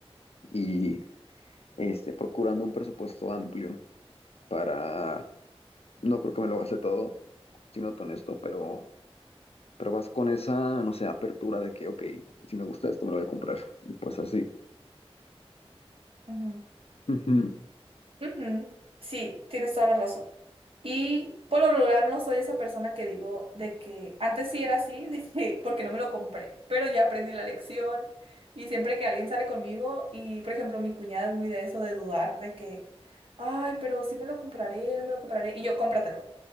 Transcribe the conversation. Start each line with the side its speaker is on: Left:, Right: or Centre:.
Left: y este procurando un presupuesto amplio para no creo que me lo gaste todo, siendo honesto, pero pero vas con esa, no sé, apertura de que, ok, si me gusta esto me lo voy a comprar y pues así.
Right: ujú.
Left: Ujú.
Right: Ujú, Sí, tienes toda la razón. Y por lo regular no soy esa persona que digo de que antes sí era así, <laughs> de que porque no me lo compré, pero ya aprendí la lección y siempre que alguien sale conmigo y por ejemplo mi cuñada es muy de eso de dudar de que ay, pero sí me lo compraré, no me lo compraré y yo cómpratelo.